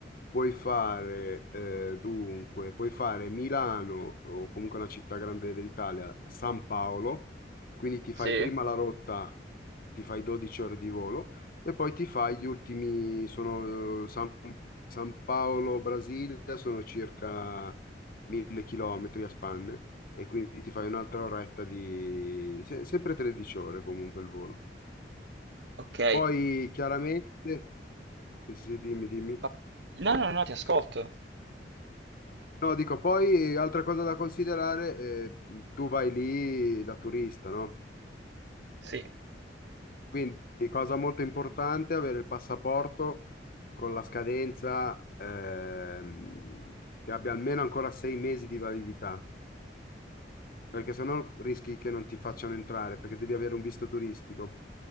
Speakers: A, on the left (about 55°); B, on the right (about 75°).
A: puoi fare, eh, dunque, puoi fare Milano o comunque una città grande dell'Italia, San Paolo, quindi ti
B: Sì?
A: fai prima la rotta, ti fai 12 ore di volo E poi ti fai gli ultimi, sono eh, San, San Paolo, Brasilia, sono circa 1000 km a spanne e quindi ti fai un'altra oretta di, se- sempre 13 ore comunque il volo.
B: Ok.
A: Poi chiaramente, sì, sì, dimmi, dimmi.
B: Pa- No, no, no, ti ascolto.
A: No, dico, poi altra cosa da considerare, eh, tu vai lì da turista, no?
B: Sì.
A: Quindi, cosa molto importante, avere il passaporto con la scadenza ehm, che abbia almeno ancora sei mesi di validità, perché sennò rischi che non ti facciano entrare, perché devi avere un visto turistico